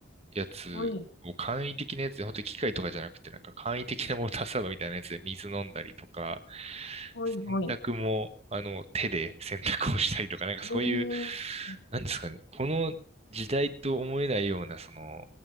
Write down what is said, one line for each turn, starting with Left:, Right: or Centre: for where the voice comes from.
Right: やつを簡易的なやつで、
Left: はい、
Right: 本当に機械とかじゃなくて、なんか簡易的なウォーターサーバーみたいなやつで水飲んだりとか、
Left: はい、
Right: 洗濯も、
Left: はい、
Right: あの、手で洗濯をしたりとか、なんかそういう、
Left: うーん、う
Right: なんですかね、この時代と思えないような、その、